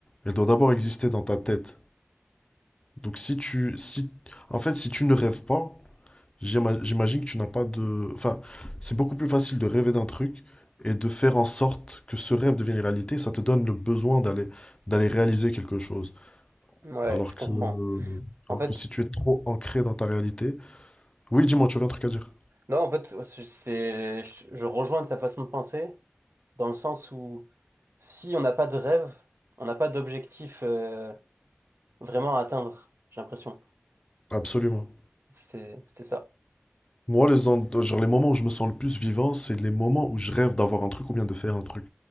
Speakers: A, on the left (about 25°); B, on the right (about 65°).
A: elle doit d'abord exister dans ta tête. Donc, si tu, si, en fait, si tu ne rêves pas, J'ima- J'imagine que tu n'as pas de... Enfin, c'est beaucoup plus facile de rêver d'un truc et de faire en sorte que ce rêve devienne réalité. Ça te donne le besoin d'aller d'aller réaliser quelque chose.
B: Ouais,
A: Alors
B: je comprends.
A: que, alors
B: En fait,
A: que si tu es trop ancré dans ta réalité... Oui, dis-moi, tu avais un truc à dire.
B: non, en fait, ouais, c'est, je je rejoins ta façon de penser dans le sens où si on n'a pas de rêve, on n'a pas d'objectif euh, vraiment à atteindre, j'ai l'impression.
A: Absolument.
B: C'était, c'était ça.
A: Moi, les, en- genre, les moments où je me sens le plus vivant, c'est les moments où je rêve d'avoir un truc ou bien de faire un truc.